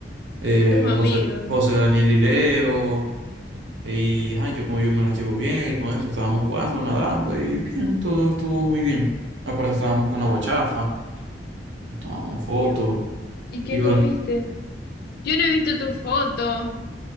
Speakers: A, on the right; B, on the left.
A: eh,
B: Tus amigos.
A: José, José Daniel y Leo, y ajá, yo como yo me la llevo bien, y con eso estábamos jugando, nadando, y bien, todo estuvo muy bien. Aparte estábamos con la guachafa, nos tomábamos fotos,
B: qué bueno. ¿Y qué
A: iban,
B: comiste? Yo no he visto tu foto.